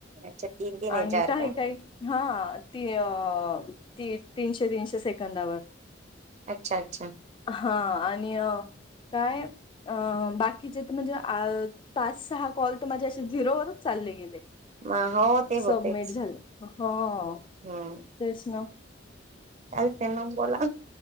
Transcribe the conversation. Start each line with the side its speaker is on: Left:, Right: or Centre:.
Right: अच्छा तीन तीन याच्यावर
Left: आणि काही
Right: का
Left: काही हा ते अ ती तीनशे तीनशे सेकंदावर.
Right: अच्छा अच्छा.
Left: हा आणि अ काय? अ बाकीचे तर म्हणजे पाच सहा कॉल तर माझे असे झिरोवरच चालले गेले
Right: मग हो ते
Left: सबमिट
Right: होतेच
Left: झालं, ह हो.
Right: हम्म.
Left: नव.
Right: कालच्या नो बोला.